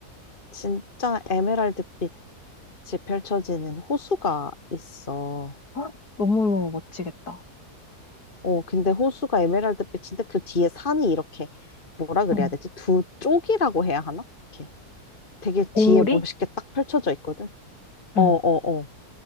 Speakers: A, on the left; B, on the left.
A: 진짜 에메랄드빛이 펼쳐지는 호수가 있어.
B: 헉, 너무 멋지겠다.
A: 어, 근데 호수가 에메랄드빛인데 그 뒤에 산이 이렇게 뭐라 그래야
B: 응.
A: 되지? 두 쪽이라고 해야 하나? 이렇게 되게
B: 봉우리?
A: 뒤에 멋있게 딱 펼쳐져 있거든. 어,
B: 응.
A: 어, 어.